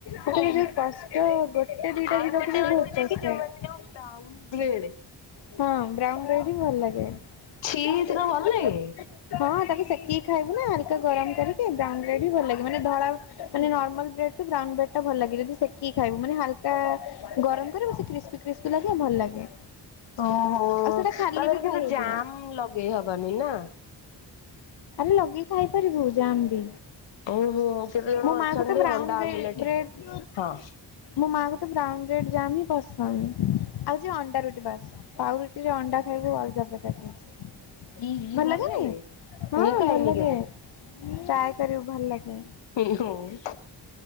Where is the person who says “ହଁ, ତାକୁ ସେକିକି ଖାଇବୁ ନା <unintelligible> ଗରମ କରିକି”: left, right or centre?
Left